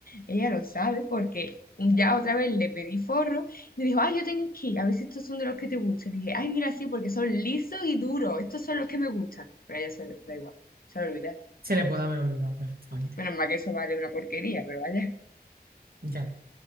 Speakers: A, on the left (about 60°); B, on the right (about 65°).
A: Ella lo sabe porque ya otra vez le pedí forro y me dijo, ay, yo tengo aquí, a ver si estos son de los que te gustan. Y dije, ay, mira, sí, porque son lisos y duros. Estos son los que me gustan. Pero a ella se le da igual, se le olvida.
B: Se le puede haber olvidado perfectamente.
A: Menos mal que eso vale una porquería, pero vaya.
B: Ya,